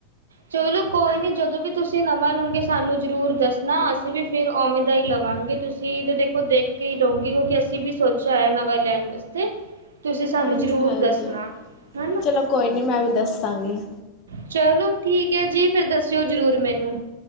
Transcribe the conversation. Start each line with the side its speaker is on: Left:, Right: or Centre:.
Right: ਚਲੋ ਕੋਈ ਨੀ ਜਦੋਂ ਵੀ ਤੁਸੀਂ ਨਵਾਂ ਲਉਗੇ, ਸਾਨੂੰ ਜ਼ਰੂਰ ਦੱਸਣਾ ਅਸੀਂ ਵੀ ਫਿਰ ਓਹਵੇਂ ਦਾ ਈ ਲਵਾਂਗੇ। ਤੁਸੀਂ ਚੀਜ ਤੇ ਦੇਖੋ ਦੇਖ ਕੇ ਹੀ ਲਉਗੀ ਕਿਉਂਕਿ ਅਸੀਂ ਵੀ ਸੋਚਿਆ ਹੋਇਆ ਨਵਾਂ ਲੈਂਣ ਵਾਸਤੇ। ਤੁਸੀਂ ਸਾਨੂੰ
Left: ਹਾਂਜੀ-ਹਾਂਜੀ,
Right: ਜ਼ਰੂਰ ਦੱਸਣਾ ਹੈ ਨਾ।
Left: ਚਲੋ ਕੋਈ ਨੀ ਮੈਂ ਵੀ ਦੱਸਾਂਗੀ।
Right: ਚਲੋ, ਠੀਕ ਹੈ ਜੀ ਫਿਰ ਦੱਸਿਓ ਜ਼ਰੂਰ ਮੈਨੂੰ।